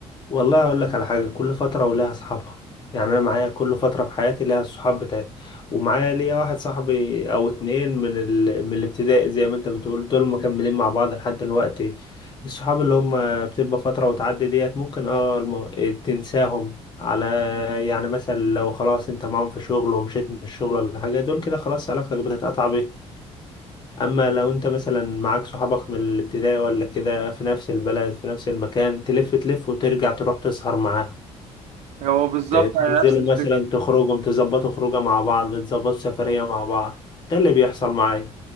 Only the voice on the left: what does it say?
والله اقول لك على حاجه كل فتره ولها اصحابها يعني انا معايا كل فتره في حياتي ليها الصحاب بتاعتي ومعايا ليا واحد صاحبي او اتنين من ال... من الابتدائي زي ما انت بتقول دول مكملين مع بعض لحد دلوقتي الصحاب اللي هم بتبقى فتره وتعدي ديت ممكن اه الم... تنساهم على يعني مثلا لو خلاص انت معاهم في شغل ومشيت من الشغل ولا حاجه دول كده خلاص علاقتك بتتقطع بيهم اما لو انت مثلا معاك صحابك من الابتدائي ولا كده في نفس البلد في نفس المكان تلف تلف وترجع تروح تسهر معاهم
ت- تنزلوا
مثلا تخرجوا تظبطوا خروجه مع بعض تظبطوا سفرية مع بعض ده اللي بيحصل معايا